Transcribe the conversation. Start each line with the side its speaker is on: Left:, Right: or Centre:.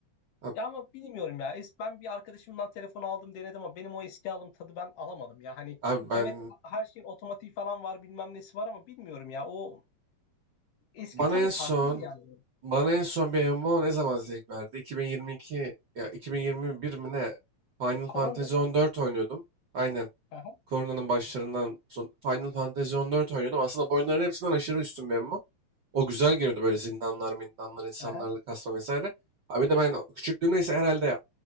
Right: Abi,
Left: Ya ama bilmiyorum ya. Es- Ben bir arkadaşımdan telefon aldım denedim ama benim o eski aldığım tadı ben alamadım ya. Hani
Right: abi ben
Left: evet her şeyin otomatiği falan var bilmem nesi var ama bilmiyorum ya. O eski
Right: bana
Left: tadı
Right: en son
Left: farklıydı yani.
Right: bana en son bir MMO ne zaman zevk verdi? 2022 ya 2021 mi ne? Final
Left: Korona
Right: Fantasy
Left: da mı?
Right: 14 oynuyordum. Aynen.
Left: Aha,
Right: Koronanın başlarından son Final Fantasy 14 oynuyordum. Aslında bu oyunların hepsinden aşırı üstün bir MMO. O O güzel geliyordu böyle zindanlar, mindanlar, insanlarla
Left: aha.
Right: kasma vesaire. Abi de ben küçüklüğümde ise herhalde